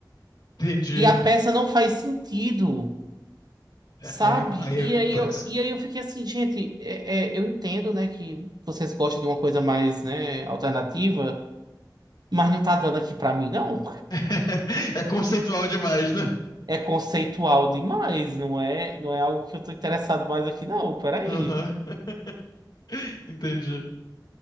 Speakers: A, on the left; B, on the right.
A: Entendi.
B: E a peça não faz sentido.
A: É,
B: Sabe?
A: aí, é, aí
B: E
A: é complexo.
B: aí eu, e aí eu fiquei assim, gente, é- é, eu entendo, né, que vocês gostam de uma coisa mais, né, alternativa, mas não tá dando aqui pra mim, não.
A: <laughs> É conceitual demais, né?
B: É conceitual demais, não é, não é algo que eu tô interessado mais aqui, não. Peraí.
A: Aham. <laughs> Entendi.